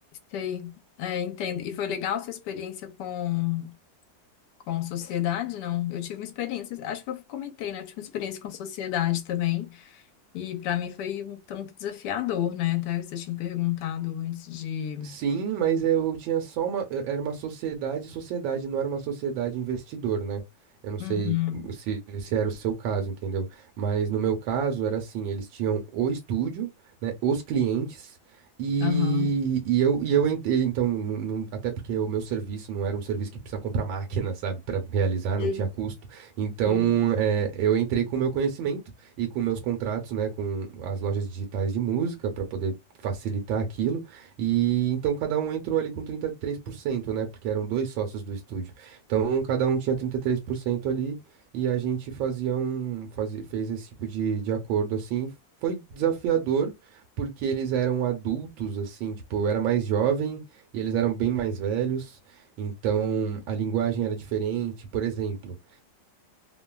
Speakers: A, on the left; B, on the right.
A: Sei. É, entendo. E foi legal a sua experiência com, com sociedade, não? Eu tive uma experiência, acho que eu comentei, né? Eu tive uma experiência com sociedade também. E para mim foi um tanto desafiador, né? Até você tinha perguntado antes de.
B: Sim, mas eu tinha só uma. eu- Era uma sociedade, sociedade, não era uma sociedade investidor, né? Eu não sei
A: Uhum,
B: se, se era o seu caso, entendeu? Mas no meu caso era assim: eles tinham o estúdio, né? Os clientes. E,
A: aham.
B: e eu, e eu entrei, então, não- não- até porque o meu serviço não era um serviço que precisa comprar máquina, <laughs> sabe, para realizar,
A: Sim,
B: não tinha custo. Então,
A: sim.
B: eh, eu entrei com o meu conhecimento e com meus contratos, né, com as lojas digitais de música, para poder facilitar aquilo. E então cada um entrou ali com 33%, né? Porque eram dois sócios do estúdio. Então cada um tinha 33% ali e a gente fazia um, fazia, fez esse tipo de, de acordo assim. Foi desafiador porque eles eram adultos, assim, tipo, eu era mais jovem e eles eram bem mais velhos, então a linguagem era diferente. Por exemplo,